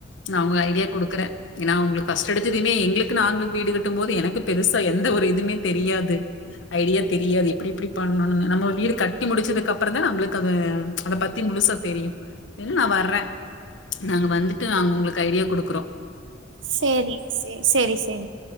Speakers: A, on the left; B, on the right.
A: நா உங்க ஐடியா குடுக்குறே ஏன்னா அவங்களுக்கு ஃபஸ்ட்டு எடுத்ததுமே எங்களுக்கு நாங்க வீடு கட்டு போது எனக்கு பெருசா எந்த ஒரு இதுவுமே தெரியாது ஐடியா தெரியாது இப்புடி இப்புடி பண்ணணும் நம்ம வீடு கட்டி முடிச்சதுக்கு அப்பறாதா நம்மளுக்கு அத அத பத்தி முழுசா தெரியு ஏன்னு நான் வர்றே நாங்க வந்துட்டு நாங்க உங்களுக்கு ஐடியா குடுக்குறோ
B: சேரிங்க ச சரி சரி